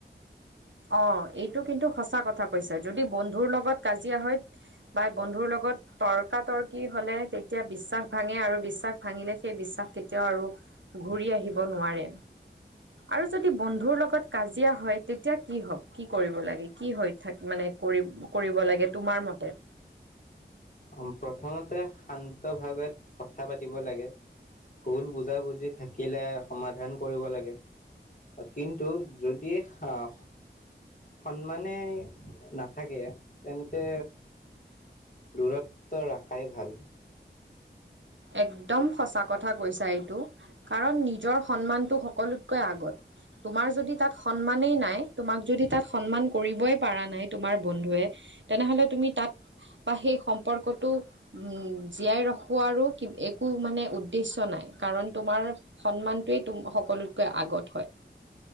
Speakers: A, on the right; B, on the left.
A: অ' এইটো কিন্তু সঁচা কথা কৈছা যদি বন্ধুৰ লগত কাজিয়া হয় বা বন্ধুৰ লগত তৰ্কা তৰ্কি হলে তেতিয়া বিশ্বাস ভাঙে আৰু বিশ্বাস ভাঙিলে সেই বিশ্বাস কেতিয়াও আৰু ঘূৰি আহিব নোৱাৰে আৰু যদি বন্ধুৰ লগত কাজিয়া হয় তে এতিয়া কি হওক, কি কৰিব লাগে, কি হৈ থাক মানে কৰি কৰিব লাগে তোমাৰ মতে?
B: অম প্ৰথমতে শান্ত ভাৱে কথা পাতিব লাগে। ভুল বুজা বুজি থাকিলে সমাধান কৰিব লাগে। অ কিন্তু যদি হাঁ সন্মানেই নাথাকে তেন্তে দূৰত্ব ৰখাই ভাল।
A: একদম সঁচা কথা কৈছা এইটো কাৰণ নিজৰ সন্মানটো সকলোতকৈ আগত। তোমাৰ যদি তাত সন্মানেই নাই, তোমাক যদি তাত সন্মান কৰিবই পাৰা নাই তোমাৰ বন্ধুৱে তেনেহলে তুমি তাত বা সেই সম্পৰ্কটো উম জীয়াই ৰখোৱাৰো কিব একো মানে উদ্দেশ্য নাই কাৰণ তোমাৰ সন্মানটোৱেই তোম সকলোতকৈ আগত হয়।